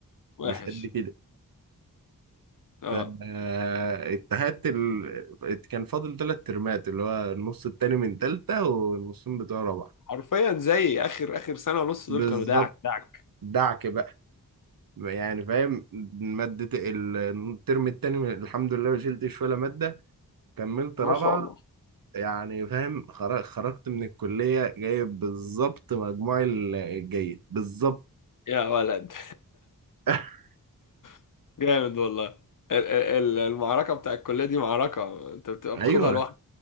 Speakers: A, on the left; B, on the right.
A: وحش
B: مش قد كده
A: اه
B: فاتهدت ال... كان فاضل ثلاث ترمات اللي هو النص التاني من تالتة والنصين بتوع رابعة
A: حرفيا زي اخر اخر سنه ونص
B: بالظبط
A: دول كانوا داعك داعك
B: دعك بقى يعني فاهم مادة ال- الترم التاني من... الحمد لله ما شلتش ولا مادة كملت
A: ما
B: رابعة
A: شاء الله
B: يعني فاهم خر... خرجت من الكلية جايب بالظبط مجموع ال- الجيد بالظبط
A: يا ولد
B: <laughs>
A: <laughs> جامد والله ال- ال- المعركة بتاع الكلية دي معركة انت بتبقى
B: ايوه
A: بتاخدها لوحدك